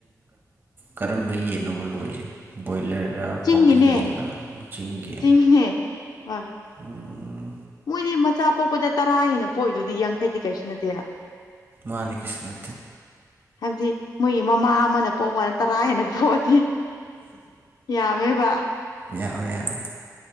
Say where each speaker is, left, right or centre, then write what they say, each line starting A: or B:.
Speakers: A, on the right; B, on the left.
A: ꯀꯔꯝꯕ ꯌꯦꯟꯅꯣꯕ ꯂꯣꯏꯔꯤꯁꯦ ꯕꯣꯏꯂꯔ
B: ꯆꯤꯡꯒꯤꯅꯦ
A: ꯀꯥꯎꯅ ꯌꯦꯟꯂ ꯆꯤꯡꯒꯤ
B: ꯆꯤꯡꯅꯦ ꯍꯣꯏ
A: ꯎꯝ
B: ꯃꯣꯏꯗꯤ ꯃꯆꯥ ꯄꯣꯛꯄꯗ ꯇꯔꯥ ꯍꯦꯟꯅ ꯄꯣꯛꯏꯗꯨꯗꯤ ꯌꯥꯡꯈꯩꯗꯤ ꯀꯩꯁꯨ ꯅꯠꯇꯦꯅ
A: ꯃꯥꯅꯤ ꯀꯩꯁꯨꯅꯠꯇꯦ
B: ꯍꯥꯏꯕꯗꯤ ꯃꯣꯏꯒꯤ ꯃꯃꯥ ꯑꯃꯅ ꯄꯣꯛꯄꯅ ꯇꯔꯥ ꯍꯦꯟꯅ ꯄꯣꯛꯑꯗꯤ ꯌꯥꯝꯃꯦꯕ
A: ꯌꯥꯝꯃꯦ ꯌꯥꯝꯃꯦ